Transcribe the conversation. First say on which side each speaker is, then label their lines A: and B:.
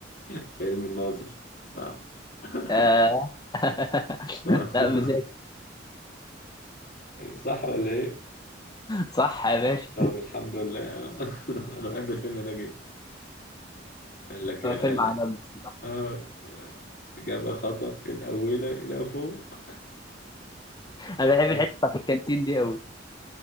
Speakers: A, on the left (about 50°); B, on the left (about 20°).
A: فيلم الناظر صح <laughs>
B: آه. <laughs>
A: صح
B: لا مش هيك.
A: <laughs> صح ولا ايه
B: صح يا باشا
A: طب الحمد لله <laughs> انا بحب الفيلم ده جدا قال لك آه
B: هو فيلم عالمي الصراحة.
A: آه، إجابة خطأ الأولى إلى فوق
B: انا بحب
A: <laughs>
B: الحتة بتاعت الكانتين دي قوي